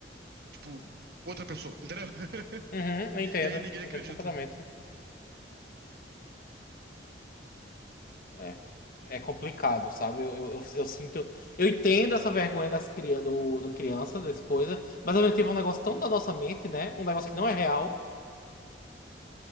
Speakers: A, on the right; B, on the left.
A: tipo, outra pessoa, entendeu? <laughs>
B: Uhum, eu entendo,
A: E aí ninguém acredita.
B: entendo completamente. É, é complicado, sabe? Eu, eu, eu, eu sinto. Eu entendo essa vergonha das cria, do, do crianças, dessas coisas, mas ao mesmo tempo é um negócio tão da nossa mente, né? Um negócio que não é real.